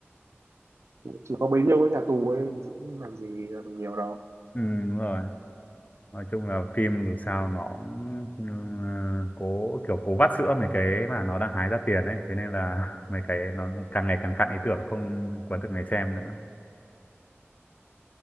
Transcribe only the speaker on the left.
ừ, đúng rồi nói chung là phim dù sao nó cũng ừ, cố kiểu cố vắt sữa mấy cái mà nó đang hái ra tiền ấy thế nên là <laughs> mấy cái nó càng ngày càng cạn ý tưởng không cuốn được người xem nữa